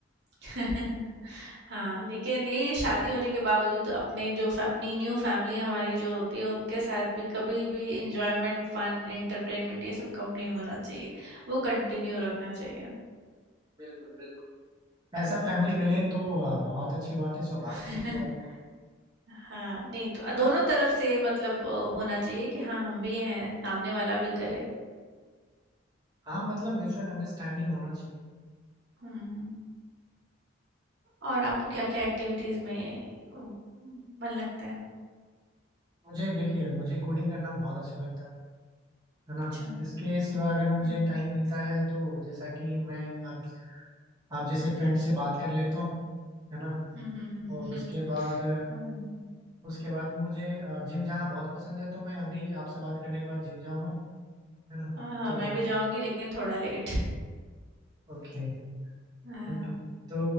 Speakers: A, on the right; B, on the right.
A: <laughs> हाँ लेकिन यही है शादी होने के बावजूद अपने जो फै- अपनी न्यू फैमिली हमारी जो होती है उनके साथ भी कभी भी एंजॉयमेंट फन एंटरटेनमेंट ये सब कम नहीं होना चाहिए वो कंटिन्यू रखना चाहिए
B: बिल्कुल बिल्कुल ऐसा फैमिली
A: जी
B: मिले तो आ, बहुत अच्छी बात है सौभाग्य
A: <laughs>
B: की बात
A: हाँ नहीं तो दोनों तरफ से मतलब अ, होना चाहिए कि हाँ हम भी हैं सामने वाला भी करे
B: हाँ मतलब म्यूचुअल अंडरस्टैंडिंग होना चाहिए
A: हम्म हम्म। और आपको क्या क्या एक्टिविटीज में वो, मन लगता है
B: मुझे देखिए मुझे कोडिंग करना बहुत अच्छा लगता है है ना
A: अच्छा
B: इसके सिवा अगर मुझे
A: हम्म
B: टाइम मिलता है तो जैसा कि मैं आप आप जैसे फ्रेंड से बात कर लेता हूँ है ना
A: हम्म हम्म हम्म
B: और
A: हम्म, हम्म।
B: उसके
A: हम्म।
B: बाद
A: हम्म, हम्म।
B: उसके बाद मुझे जिम जाना बहुत पसंद है तो मैं अभी आपसे बात करने के बाद जिम जाऊंगा है ना
A: हाँ हाँ,
B: तो
A: मैं भी जाऊंगी लेकिन थोड़ा लेट
B: Okay
A: हाँ
B: okay
A: हाँ
B: तो